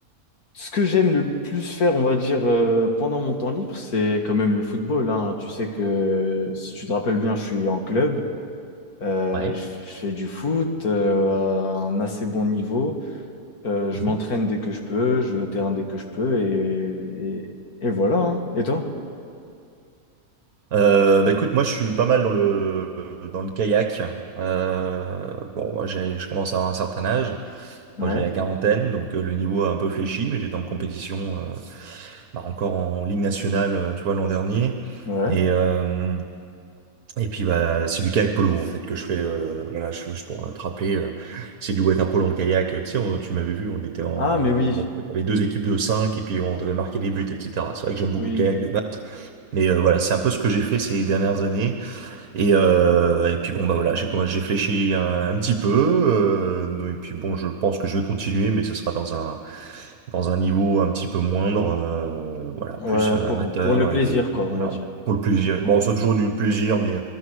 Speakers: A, on the left; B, on the right.
A: ce que j'aime le plus faire, on va dire, euh, pendant mon temps libre, c'est quand même le football, hein. Tu sais que si tu te rappelles bien, je suis en club, euh,
B: Ouais.
A: je je fais du foot euh, à un assez bon niveau, Euh, je
B: Mhm.
A: m'entraîne dès que je peux, je vais au terrain dès que je peux, et, et, et voilà, hein. Et toi?
B: Euh, bah écoute, moi je suis pas mal dans le dans le kayak. Euh, bon, moi, j'ai, je commence à avoir un certain âge.
A: Ouais,
B: Moi j'ai la quarantaine, donc euh, le niveau a un peu fléchi, mais j'étais en compétition euh, bah, encore en Ligue nationale, euh, tu vois, l'an dernier.
A: ouais.
B: Et, euh, et puis, bah, c'est du kayak polo, en fait, que je fais. euh, voilà, je, juste pour te rappeler, euh, c'est du water polo en kayak. Tu sais, on- tu m'avais vu, on était en.
A: Ah, mais oui,
B: Bon, avait deux équipes de cinq et puis on devait marquer des buts, etc. C'est vrai que j'aime beaucoup
A: oui.
B: le kayak de base. Mais euh, voilà, c'est un peu ce que j'ai fait ces dernières années. Et, euh, et puis bon bah voilà, j'ai j'ai fléchi un, un petit peu. euh, non, et puis bon, je pense que je vais continuer, mais ce sera dans un dans un niveau un petit peu moindre, euh, voilà,
A: Ouais,
B: plus euh,
A: pour,
B: amateur
A: pour le plaisir,
B: et
A: quoi,
B: voilà
A: on va dire.
B: pour le plaisir. Bon, c'est toujours du plaisir, mais